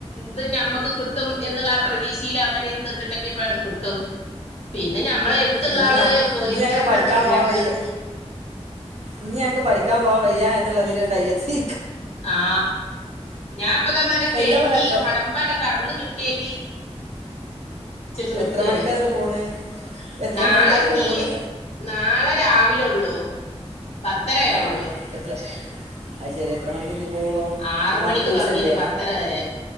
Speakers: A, on the left (about 65°); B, on the right (about 75°).
A: ഇത് ഞമ്മക്ക് കിട്ടും എന്നുള്ള പ്രതീക്ഷയിൽ അങ്ങനെ ഇരുന്നിട്ടുണ്ടെങ്കിൽ കിട്ടും പിന്നെ എടുത്തുള്ള
B: ഇനി
A: ആള്
B: ന
A: പോലീസുകാരനാന്ന്
B: ഇനി ഞങ്ങക്ക് പഠിക്കാൻ
A: വിചാരിച്ചണ്ട
B: പോവാൻ വയ്യ ഇനി ഞങ്ങക്ക് പഠിക്കാൻ പോവാ വയ്യ എന്നുള്ളതിൽ തയ്യ സി
A: ആ ഞാൻപ്പ തന്ന കഴിഞ്ഞ്
B: എല്ലാ മോളെ എത്ര
A: ഈ കടമ്പ അങ്ങട് കടന്ന് കിട്ടി ട്ടിഎങ്കിൽ ചിട്ട് നിക്കാണ്
B: എത്ര മണിക്കാ എന്നിട്ട് പോണ് എത്ര
A: നാളെ
B: മണിക്കാ എന്നിട്ട്
A: നീ
B: പോണ്
A: നാളെ രാവിലെ ലൊള്ളോ പത്തരയര
B: ആഹ്
A: ഉള്ളു
B: എത്ര അത് ശരി എത്ര മണിക്ക് പോവാ
A: ആറ്
B: മോൻക്ക്
A: മണിക്ക്
B: ട്യൂഷല്ലേ
A: തൊടങ്ങിട്ട് പത്തര വരെ